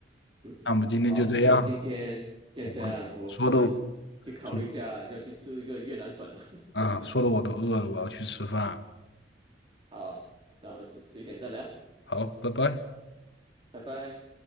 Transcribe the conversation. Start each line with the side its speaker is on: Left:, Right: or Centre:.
Right: 嗯，
Left: 那么今天就这样，
Right: 好，可能今天现在我可能去考虑一下要去吃一个越南粉了。
Left: 我说的说啊，说的我都饿了，我要去吃饭。
Right: <laughs> 好，那我们迟迟一点再聊，
Left: 好，拜拜。
Right: 拜拜。